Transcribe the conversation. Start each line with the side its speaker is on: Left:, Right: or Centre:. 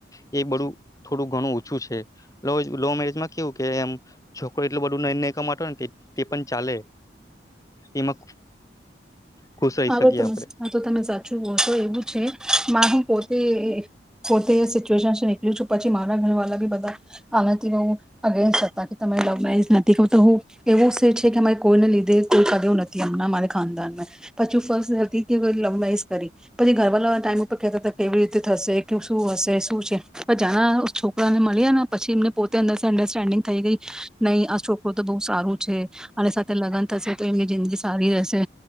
Left: ય એ બડું થોડું ઘણું છું છે લવ મેરેજમાં કેવું કે એમ છોકરો એટું બધું ન ન કમા તે પણ ચાલે. એમાં
Centre: <inaudible>
Left: ખુશ રહી
Centre: હવે
Left: શકીએ
Centre: ત
Left: આપણે
Centre: આ તો તમે સાચું હોહ તો એવું છે મારું પોતે પોતે સિચ્યુએશન નીકળી છું પછી મારા ઘર વાલા બી બધા આનાથી હું અગેન્સ્ટ હતા. તમે લવ મેરીજ નથી કહ તો હું એવું સિર છે કે અમારે કોઈને લીધે કોઈ કદ નથી હમણાં અમા ખાનદાન મે પછી હું ફર્સ્ટ હતી કે લવ મેરીજ કરી પછી ઘરવાલા ટાઈમ ઉપર કહેતા હતા કેવી રીતે થશે કે શું હશે શું છે પણ જાના છોકરાને મળ્યા ને પછી એમને પોતે અંદર અન્ડરસ્ટેન્ડિંગ થઈ ગઈ નહીં આ છોકરો તો બહુ સારું છે અને સાથે લગ્ન થશે તો એમની જિંદગી સારી રહેશે